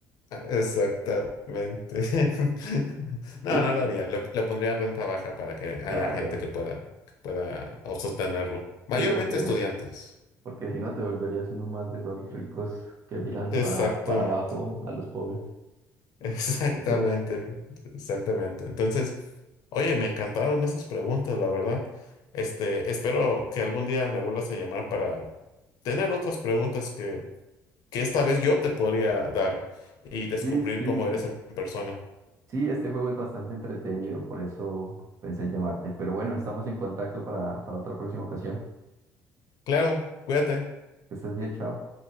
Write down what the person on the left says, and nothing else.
Exactamente. <laughs> No,
no lo haría. Lo, lo pondría en renta baja para que haya
gente que pueda, que pueda sostenerlo. Mayormente
estudiantes.
Exactamente.
<laughs> Exactamente,
exactamente. Entonces, oye, me encantaron esas preguntas, la verdad. Este, espero que algún día me vuelvas a llamar para tener otras preguntas que, que esta vez yo te podría dar y descubrir
cómo eres en persona.
Claro, cuídate.